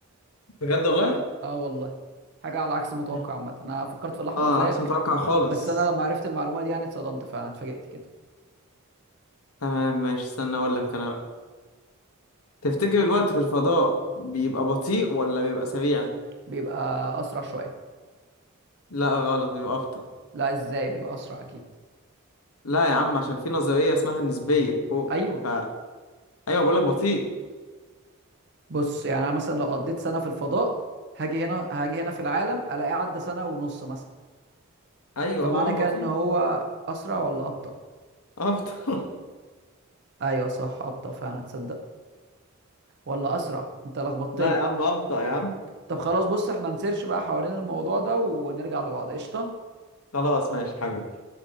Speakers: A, on the left; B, on the right.
A: بجد والله
B: اه والله حاجه على عكس المتوقع
A: مم.
B: عامه انا فكرت في الاحمر
A: اه
B: زيك
A: عكس متوقع خالص
B: بس انا لما عرفت المعلومه دي يعني اتصدمت فعلا اتفاجئت كده
A: تمام ماشي استنى اقول لك انا بقى تفتكر الوقت في الفضاء بيبقى بطيء ولا بيبقى سريع
B: بيبقى اسرع شويه
A: لا غلط بيبقى ابطأ
B: لا ازاي بيبقى اسرع اكيد
A: لا يا عم عشان في نظرية اسمها النسبية فوق
B: ايوه
A: ف... ايوه بقول لك بطيء
B: بص يعني انا مثلا لو قضيت سنه في الفضاء هاجي هنا هاجي هنا في العالم الاقيه عدى سنه ونص مثلا
A: ايوه
B: فمعنى
A: هو
B: كده
A: بطيء
B: ان هو اسرع ولا ابطا
A: ابطأ <laughs>
B: ايوه صح ابطا فعلا تصدق ولا اسرع انت لخبطتني
A: لا يا عم ابطأ يا عم
B: طب خلاص بص احنا نسيرش بقى حوالين الموضوع ده ونرجع لبعض قشطه
A: خلاص ماشي حبيبي